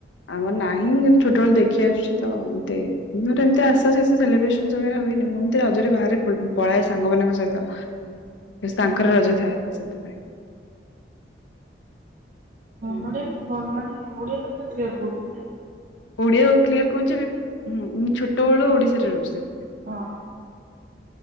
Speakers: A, on the left; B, on the right.
A: ଆମର ନାହିଁ, ମୁଁ କିନ୍ତୁ ଛୋଟବେଳେ ଦେଖି ଆସୁଛି ତ ଏତେ ମୋର ଏମତି <unintelligible> ସେଲିବ୍ରେସନ ବଗରା ହୁଏନି, ମୁଁ ଏମତି ରଜରେ ବାହାରେ ପଳାଏ ସାଙ୍ଗମାନଙ୍କ ସହିତ।
B: <inaudible>
A: ତାଙ୍କର
B: ହୁଁ।
A: ରଜ ଥାଏ ତ ସେଥିପାଇଁ।
B: ନନ୍
A: ହୁଁ
B: ଓଡିଆ କି ଭଲ ମାନେ ଓଡିଆ ତ ପୁରା କ୍ଟିୟର୍ କହୁଛନ୍ତି ନା।
A: ଓଡିଆ ଆଉ କ୍ଲିୟର କହୁଛି। ମୁଁ ଛୋଟ ବେଳୁ ଓଡିଶାରେ ରହୁଛି ସେଥିପାଇଁ।
B: ହଁ।